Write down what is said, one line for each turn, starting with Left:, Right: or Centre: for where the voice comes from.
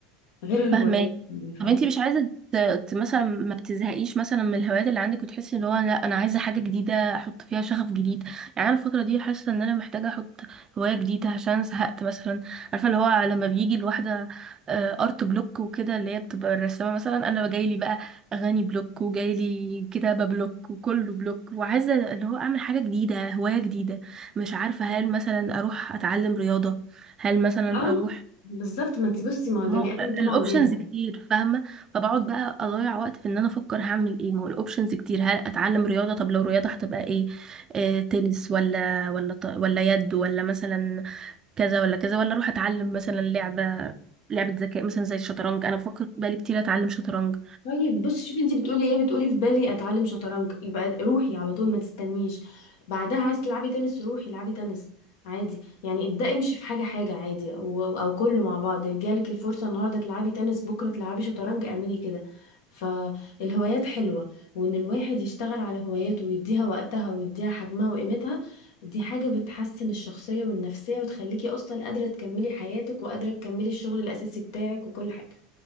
Left: غير الهوايات
Right: فاهمك
Left: يعني فاهمة
Right: طب انتي مش عايزة ت... ت- مثلا ما بتزهقيش مثلا من الهوايات اللي عندك وتحسي ان هو لا انا عايزة حاجة جديدة احط فيها شغف جديد يعني انا الفترة دي حاسة ان انا محتاجة احط هواية جديدة عشان زهقت مثلا عارفة اللي هو لما بيجي الواحدة ارت بلوك وكده اللي هي بتبقى الرسامة مثلا انا جايلي بقى اغاني بلوك وجايلي كتابة بلوك وكله بلوك وعايزة اللي هو اعمل حاجة جديدة هواية جديدة مش عارفة هل مثلا اروح اتعلم رياضة هل مثلا
Left: اه
Right: اروح
Left: بالظبط ما انت بصي ما هو البني
Right: ما هو
Left: ادم طبعا
Right: الاوبشنز
Left: بيزهق
Right: كتير فاهمه فبقعد بقى اضيع وقت في ان انا افكر هعمل ايه ما هو الاوبشنز كتير هل اتعلم رياضه طب لو رياضه هتبقى ايه آه تنس ولا ولا ط- ولا يد ولا مثلا كذا ولا كذا ولا اروح اتعلم مثلا لعبه لعبه ذكاء مثلا زي الشطرنج انا بفكر بقالي كتير اتعلم شطرنج
Left: طيب بص شوفي انت بتقولي ايه بتقولي في بالي اتعلم شطرنج يبقى روحي على طول ما تستنيش بعدها عايز تلعبي تنس روحي العبي تنس عادي يعني ابدأي امشي في حاجة حاجة عادي او او كله مع بعض جالك الفرصة النهاردة تلعبي تنس بكرة تلعبي شطرنج اعملي كده فالهوايات حلوة وان الواحد يشتغل على هواياته ويديها وقتها ويديها حجمها وقيمتها دي حاجة بتحسن الشخصية والنفسية وتخليكي اصلا قادرة تكملي حياتك وقادرة تكملي الشغل الاساسي بتاعك وكل حاجة